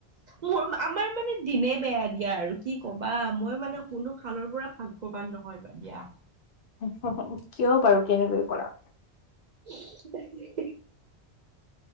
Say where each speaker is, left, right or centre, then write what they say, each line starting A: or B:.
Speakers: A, on the right (about 50°); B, on the left (about 60°).
A: মোৰ আমাৰ মানে দিনে বেয়া দিয়া আৰু কি কবা মই মানে কোনো ফালৰ পৰা ভাগ্যৱান নহয় নাই দিয়া
B: কিয় বাৰু তেনেকৈ ক'লা
A: হি হি <unintelligible>